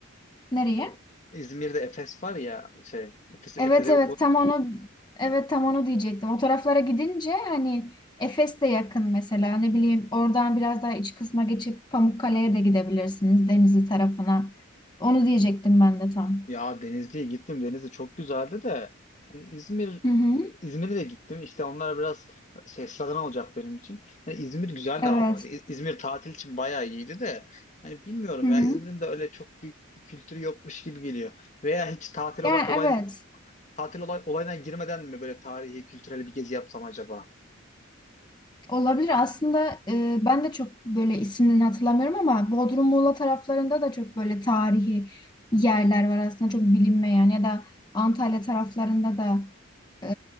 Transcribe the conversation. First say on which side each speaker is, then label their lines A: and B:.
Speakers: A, on the left (about 20°); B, on the left (about 35°).
A: nereye?
B: İzmir'de Efes var ya şey Efes, Efes'e
A: Evet evet tam onu evet tam onu diyecektim. O taraflara gidince hani Efes de yakın mesela ne bileyim oradan biraz daha iç kısma geçip Pamukkale'ye de gidebilirsiniz Denizli tarafına. Onu diyecektim ben de tam.
B: Ya Denizli'ye gittim. Denizli çok güzeldi de hani İzmir
A: Hı hı.
B: İzmir'e de gittim. İşte onlar biraz şey sıradan olacak benim için. Yani İzmir güzeldi
A: Evet.
B: ama bu arada. İ- İzmir tatil için bayağı iyiydi de hani bilmiyorum
A: Hı hı.
B: ya İzmir'in de öyle çok büyük bir kültürü yokmuş gibi geliyor. Veya hiç tatil olay,
A: Yani
B: olay
A: evet.
B: tatil olay, olayına girmeden mi böyle tarihi, kültürel bir gezi yapsam acaba?
A: Olabilir. Aslında e, ben de çok böyle isimlerini hatırlamıyorum ama Bodrum Muğla taraflarında da çok böyle tarihi yerler var aslında çok bilinmeyen ya da Antalya taraflarında da e,